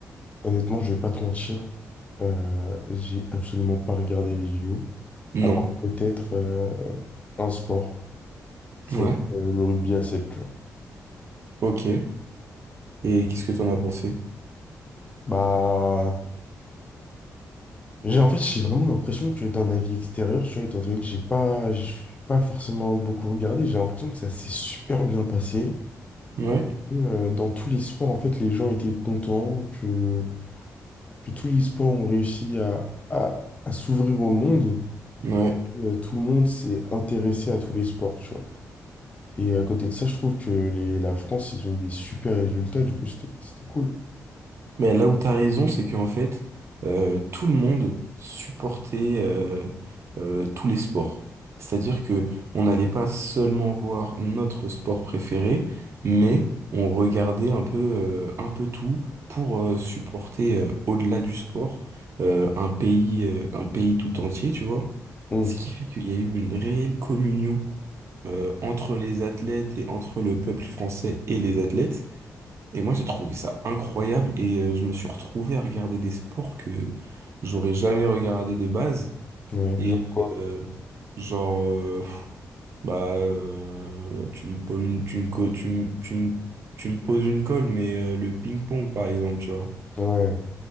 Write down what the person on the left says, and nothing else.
Honnêtement, je vais pas te mentir, euh, j'ai absolument pas regardé les JO, à
part peut-être euh, un sport, c'est
euh, le rugby à 7. tu vois.
Bah, J'ai, en fait, j'ai vraiment l'impression que d'un avis extérieur, tu vois, étant donné que j'ai pas, j'ai pas forcément beaucoup regardé, j'ai l'impression que ça s'est super bien passé.
Et que, euh, dans tous les sports, en fait, les gens étaient contents, que, que tous les sports ont réussi à, à, à s'ouvrir au monde.
que, Euh, tout le monde s'est intéressé à tous les sports, tu vois. Et à côté de ça, je trouve que les, la France, ils ont eu des super résultats, du coup, c'était, c'était cool.
Hum,
Ouais,
genre quoi?
Ouais.